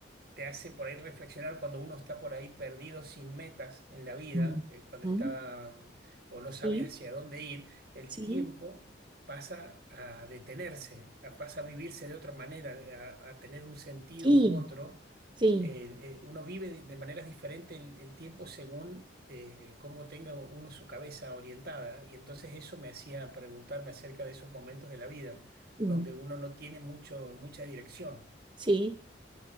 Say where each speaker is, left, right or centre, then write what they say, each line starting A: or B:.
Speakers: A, on the right; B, on the right.
A: te hace por ahí reflexionar cuando uno está por ahí perdido sin metas en la vida,
B: mm,
A: eh, cuando
B: mm,
A: está mm, o no
B: sí,
A: sabe hacia dónde ir, el
B: sí,
A: tiempo pasa a detenerse, a- pasa a vivirse de otra manera, a, a tener un sentido
B: sí,
A: u otro.
B: sí,
A: El- el- uno vive de, de maneras diferentes el, el tiempo según... eh, cómo tenga uno su cabeza orientada. Y entonces eso me hacía preguntarme acerca de esos momentos de la vida
B: mm,
A: donde uno no tiene mucho, mucha dirección.
B: sí.